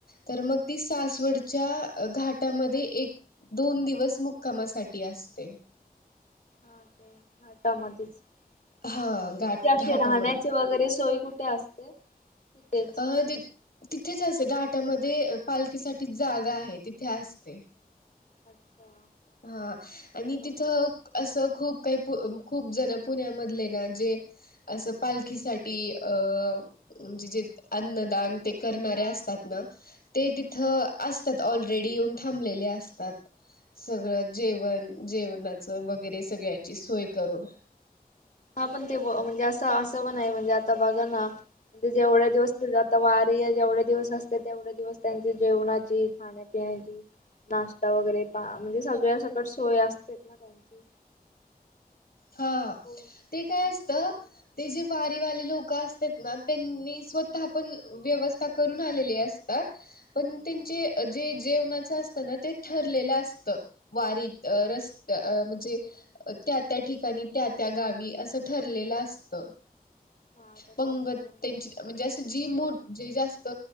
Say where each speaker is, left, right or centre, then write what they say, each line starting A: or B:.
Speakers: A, on the left; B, on the left.
A: तर मग ती सासवडच्या घाटामध्ये एक... दोन दिवस मुक्कामासाठी असते.
B: हा ते घाटामध्येच...
A: हा
B: म त्यांची
A: घाट
B: अशी
A: घाटामध्ये
B: राहण्याची वगैरे सोय कुठे असते तिथेच....
A: अ तिथेच असते घाटामध्ये पालखीसाठी जागा आहे तिथे असते..
B: अच्छा....
A: हा आणि
B: लोभर
A: तिथं...... असं खूप काही खूप जण पुण्यामधले ना जे... असं पालखीसाठी अ म्हणजे जे अन्नदान ते.......
B: हा
A: े असतात
B: हा.
A: ना ते
B: हा.
A: तिथ असतात ऑलरेडी येऊन थांबलेले असतात
B: हा
A: सगळं जेवण जेवणाच वगैरे सगळ्याची सोय करून
B: हा पण ते म्हणजे असं असं पण आहे म्हणजे आता बाघाना म्हणजे जेवढ्या दिवस तझ आता वारी जेवढे दिवस असते तेवढ्या दिवस त्यांच्या जेवणाची खण्या पिण्याची नाश्ता वगैरे पा म्हणजे सगळ्या सकट सोय असते ना त्यांची
A: हा
B: होय.
A: ते काय असत ते जे वारीवाले लोक असतात ना त्यांनी स्वतः पण व्यवस् <unintelligible>
B: हा. हा
A: जेवणाच असत ना ते ठरलेलं असत वारीत
B: हा
A: रस्त म्हणजे त्या त्या ठिकाणी त्या त्या गावी असं ठरलेलं असत
B: हा का त्यांचं
A: पंगत त्यांची म्हणजे असं जी मोठ जे जास्त